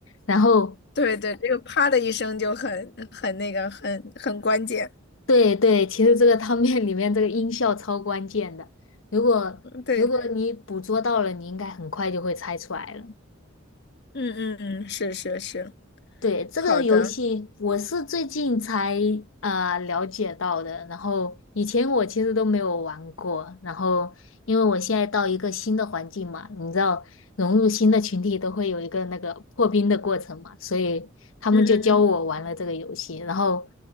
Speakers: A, on the left; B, on the left.
A: 然后，
B: 对对，这个啪的一声就很很那个，很很关键。
A: 对对，其实这个汤面里面这个音效超关键的，如果如果你捕捉到了，
B: 对对，
A: 你应该很快就会猜出来了。
B: 嗯嗯嗯，是是是，
A: 对，这个游戏我是最近才呃了解到的，
B: 好的，
A: 然后以前我其实都没有玩过，然后因为我现在到一个新的环境嘛，你知道融入新的群体都会有一个那个破冰的过程嘛，所以他们就教我玩了这个游戏，
B: 嗯嗯
A: 然后